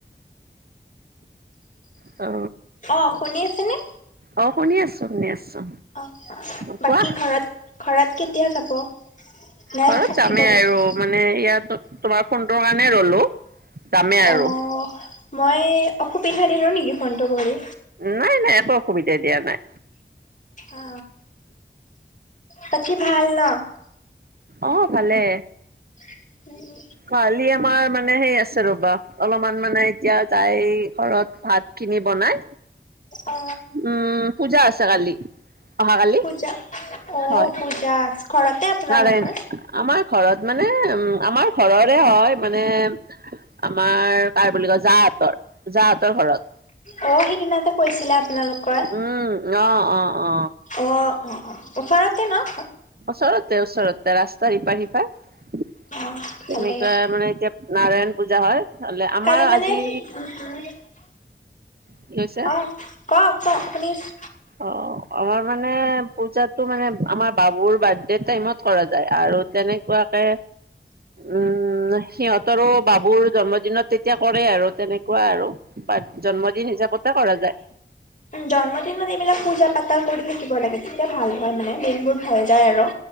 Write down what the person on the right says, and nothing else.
অ।
অ শুনি আছো শুনি আছো।
অঁ
কোৱা?
ঘৰত
যামেই
আৰু মানে ইয়াত তোমাৰ ফোনটোৰ কাৰণে ৰলো। যামেই আৰু
নাই নাই একো অসুবিধা দিয়া নাই।
অ ভালে।
কালি আমাৰ মানে সেই আছে ৰবা অলপমান মানে এতিয়া যাই ঘৰত ভাত খিনি বনাই
উম পূজা আছে কালি। অহাকালি
হয়
নাৰায়ণ আমাৰ ঘৰত মানে উম আমাৰ ঘৰৰে হয় মানে আমাৰ কাৰ বুলি কয় জাঁহতৰ জাঁহতৰ ঘৰত।
উম অ অ অ
ওচৰতে-ওচৰতে ৰাস্তাৰ ইপাৰ-সিপাৰ। তেনেকুৱা
মানে এতিয়া নাৰায়ণ পূজা হয়, হ'লে আমাৰ
আজি
কি হৈছে
অ, আমাৰ মানে পূজাটো মানে আমাৰ বাবুৰ বাৰ্থডে টাইমত কৰা যায় আৰু তেনেকুৱাকে উম, সিহঁতৰো বাবুৰ জন্মদিনত তেতিয়া কৰে আৰু তেনেকুৱা আৰু। জন্মদিন হিচাপতে কৰা যায়।